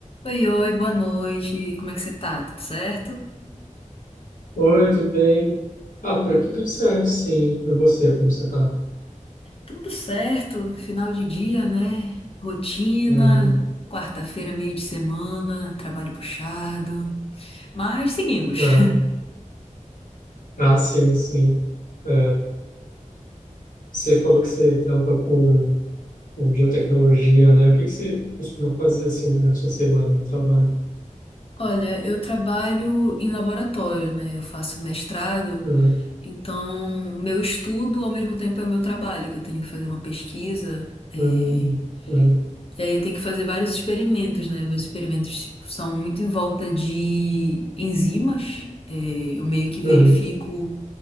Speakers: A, on the left; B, on the left.
A: Oi, oi, boa noite. Como é que você tá? Tudo certo?
B: Oi, tudo bem? Ah, por aqui tudo certo, sim. E você, como você tá?
A: Tudo certo. Final de dia, né? Rotina,
B: Uhum,
A: quarta-feira, meio de semana, trabalho puxado. Mas seguimos.
B: uhum. Ah, sim, sim. É, você falou que você trampa com, com biotecnologia, né? O que que você costuma fazer, assim, durante a sua semana no trabalho?
A: <laughs> Olha, eu trabalho em laboratório, né? Eu faço mestrado,
B: Uhum,
A: então meu estudo ao mesmo tempo é o meu trabalho, que eu tenho que fazer uma pesquisa. eh,
B: uhum, uhum,
A: E aí eu tenho que fazer vários experimentos, né? Meus experimentos tipo, são muito em volta de enzimas. É, eu meio que verifico
B: uhum,